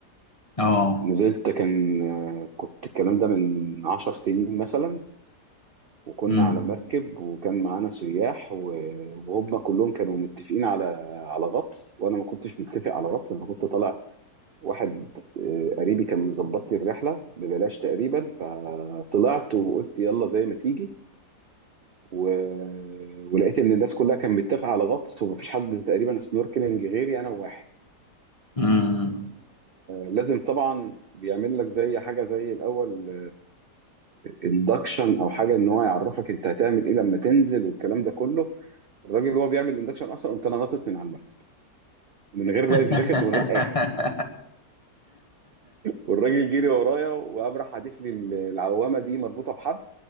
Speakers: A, on the left; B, on the right.
A: اه
B: نزلت كان آه، كنت الكلام ده من عشر سنين مثلا وكنا
A: امم
B: على مركب وكان معانا سياح و- وهم كلهم كانوا متفقين على على غطس وانا ما كنتش متفق على غطس انا كنت طالع واحد آه، قريبي كان مظبط لي الرحله ببلاش تقريبا فطلعت وقلت يلا زي ما تيجي و... ولقيت ان الناس كلها كانت متفقه على غطس ومفيش حد تقريبا سنوركلينج غيري انا واحد
A: امم
B: لازم طبعا بيعمل لك زي حاجه زي الاول اندكشن او حاجه ان هو يعرفك انت هتعمل ايه لما تنزل والكلام ده كله الراجل وهو بيعمل اندكشن اصلا قمت انا نطت من على المركب ومن غير
A: <laughs>
B: لايف جاكيت ومن غير اي حاجه والراجل جري ورايا وقام راح حادف لي العوامه دي مربوطه بحبل